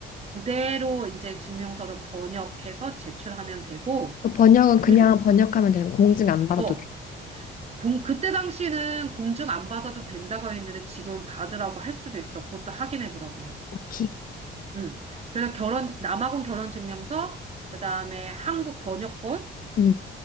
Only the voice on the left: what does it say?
그 번역은
그냥 번역하면 되는 거. 공증 안 받아도
돼.
오케이.
음,